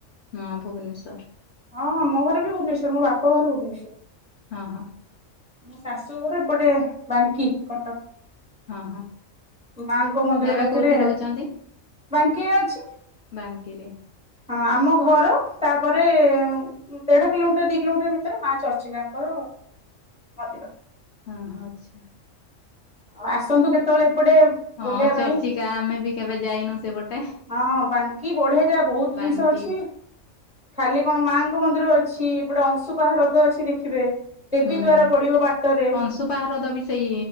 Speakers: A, on the left; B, in the centre.
A: ହଁ ଭୁବନେଶ୍ଵର।
B: ହଁ ହଁ ମୋ ଘରେ ବି ଭୁବନେଶ୍ୱର ମୋ ବାପା ଘର ଭୁବେଶ୍ୱର।
A: ହଁ ହଁ।
B: ମୋ ଶାଶୁ ଘର ଏପଟେ ବାଙ୍କି କଟକ।
A: ହଁ ହଁ
B: ମାଙ୍କ ମନ୍ଦିର
A: ଏବେ
B: ପାଖରେ
A: କୋଉଠି ରହୁଛନ୍ତି?
B: ବାଙ୍କିରେ ଅଛି।
A: ବାଙ୍କି ରେ
B: ହଁ ଆମ ଘର ତାପରେ ଦେଢ଼ କିଲୋମିଟର ଦୁଇ କିଲୋମିଟର ଭିତରେ ମା ଚର୍ଚ୍ଚିଲାଙ୍କର ମନ୍ଦିର।
A: ହଁ ହଁ ଆଚ୍ଛା।
B: ଆଉ ଆସନ୍ତୁ କେତେବେଳେ ଏପଟେ
A: ହଁ
B: ବୁଲିବା
A: ଚର୍ଚିକା
B: ପାଇଁ
A: ଆମେ ବି କେବେ ଯାଇନୁ ସେପଟେ।
B: ହଁ ହଁ ବାଙ୍କି ବଢିଆ ଯାଗା ବହୁତ
A: ବାଙ୍କି
B: ଜିନିଷ ଅଛି। ଖାଲି କଣ ମାଆଙ୍କ ମନ୍ଦିର ଅଛି ଏପଟେ ଅଂଶୁପାହା ହ୍ରଦ ଅଛି ଦେଖିବେ। ଦେବୀ
A: ହୁଁ
B: ଦ୍ଵାରା
A: ହୁଁ।
B: ପଡିବ ବାଟରେ
A: ଅଂଶୁପା ହ୍ରଦ ବି ସେଇ